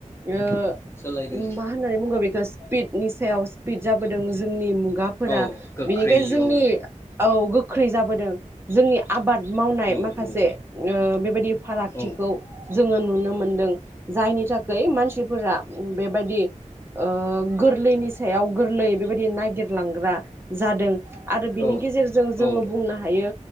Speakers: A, on the right; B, on the left.
A: ओ
B: सोलायदों
A: मा होननानै बुंगोन बे स्पिडनि सायाव स्पिड जाबोदों जोंनि मुं खगाफोरा
B: औ गोख्रै
A: बिनिखायनो जोंनि
B: औ
A: औ गोख्रै जाबोदों। जोंनि आबाद मावनाय
B: औ
A: माखासे
B: औ
A: ओ बिदि फाराग थिखौ
B: औ
A: जोङो नुनो मोन दों जायनि थाखै मानसिफोरा बेबायदि ओ गोरलैनि सायाव गोरलै। बेबायदि नागिरलांग्रा जादों आरो बेनि
B: औ
A: गेजेरजों जोजोंङो
B: औ औ
A: बुंनो हायो